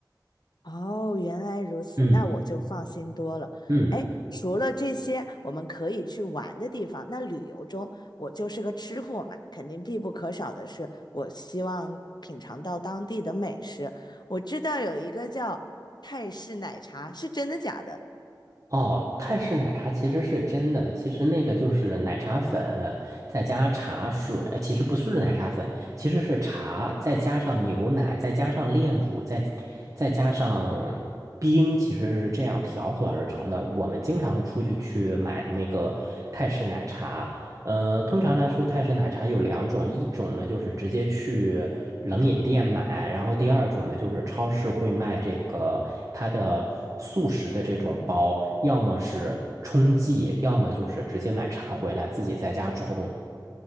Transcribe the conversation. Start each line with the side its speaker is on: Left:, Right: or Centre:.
Left: 哦，原来如此，
Right: 嗯
Left: 那我就放心多了。
Right: 嗯。
Left: 哎，除了这些我们可以去玩的地方，那旅游中我就是个吃货嘛，肯定必不可少的是，我希望品尝到当地的美食。我知道有一个叫泰式奶茶，是真的假的？
Right: 哦，泰式奶茶其实是真的，其实那个就是奶茶粉，再加茶水，呃其实不是奶茶粉，其实是茶，再加上牛奶，再加上炼乳，再再加上冰，其实是这样调和而成的。我们经常出去去买那个泰式奶茶，呃，通常来说，泰式奶茶有两种，一种呢就是直接去冷饮店买，然后第二种呢就是超市会卖这个它的速食的这种包，要么是冲剂，要么就是直接买茶回来自己在家冲。